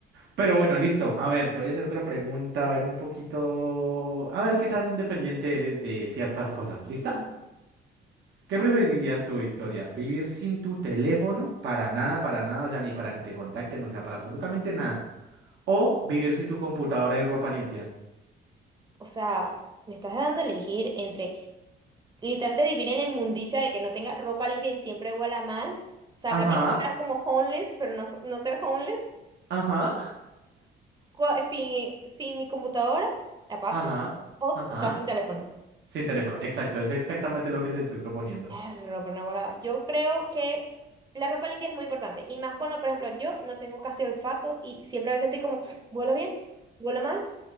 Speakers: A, on the right; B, on the right.
A: Pero bueno, listo. A ver, te voy a hacer otra pregunta, a ver un poquito, a ver qué tan dependiente eres de ciertas cosas. ¿Lista?
B: Ujú.
A: ¿Qué preferirías tú, Victoria? ¿Vivir sin tu teléfono? Para nada, para nada, o sea, ni para que te contacten, o sea, para absolutamente nada. ¿O vivir sin tu computadora y ropa limpia?
B: O sea, me estás dando a elegir entre Literalmente vivir en la inmundicia de que no tenga ropa limpia y siempre huela mal. O sea,
A: Ajá,
B: prácticamente estar como homeless, pero no, no ser homeless.
A: ajá,
B: Co- Sin, sin mi computadora, aparte.
A: ajá,
B: O
A: ajá.
B: estar sin teléfono.
A: Sin teléfono, exacto, es exactamente lo que te estoy proponiendo.
B: Perro, por Naguará. Yo creo que la ropa limpia es muy importante. Y más cuando, por ejemplo, yo no tengo casi olfato y siempre a veces estoy como, ¿huelo bien? ¿Huelo mal?